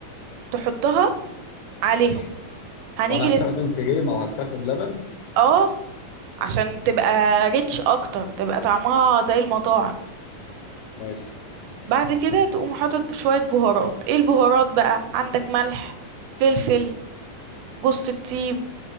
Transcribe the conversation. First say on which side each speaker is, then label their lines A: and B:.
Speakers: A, on the right; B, on the left.
A: تحطها عليهم،
B: ماشي
A: هنيجي
B: وانا هستخدم
A: للت
B: كريمه وهستخدم لبن
A: آه، عشان تبقى rich أكتر، تبقى طعمها زي المطاعم.
B: ماشي
A: بعد كده تقوم حاطط ب شوية بهارات، إيه البهارات بقى، عندك ملح، فلفل، جوزة الطيب،